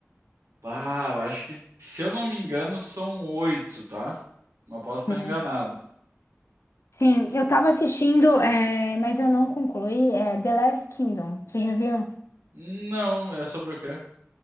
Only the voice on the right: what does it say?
Ah, eu acho que, se eu não me engano, são oito, tá? Mas posso estar
enganado.
Não, é sobre o quê?